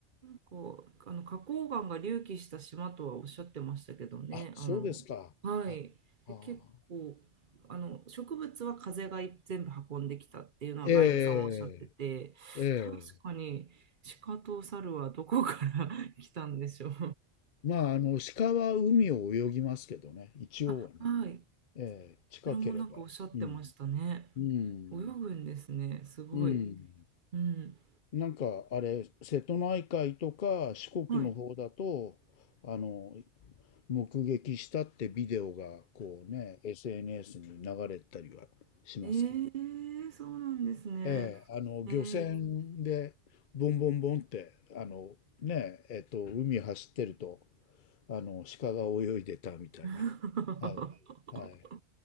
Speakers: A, on the right; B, on the left.
A: こう、あの花崗岩が隆起した島とはおっしゃってましたけどね。
B: あ、そうですか。
A: あの、はい。
B: はい。
A: で、
B: ああ。
A: 結構、あの、植物は風が全部運んできたっていうのはガイドさんもおっしゃってて、
B: ええ、ええ。
A: 確かに鹿と猿はどこから <laughs> 来たんでしょう。
B: まあ、あの、鹿は海を泳ぎますけどね、一応はね。
A: あ、はい。
B: ええ、近ければ。
A: それもなんかおっしゃってましたね。
B: うん。うん。
A: 泳ぐんですね。すごい。
B: うん。
A: うん。
B: なんか、あれ、瀬戸内海とか四国の方だと、
A: はい。
B: あの、目撃したってビデオが、こうね、SNS に流れたりはしますけど。
A: えー、そうなんですね。
B: ええ、あの、
A: えー、
B: 漁船で、ボンボンボンって、あの、ね、えっと、海走ってると、あの、鹿が泳いでたみたいな。
A: <laughs>
B: はい。はい。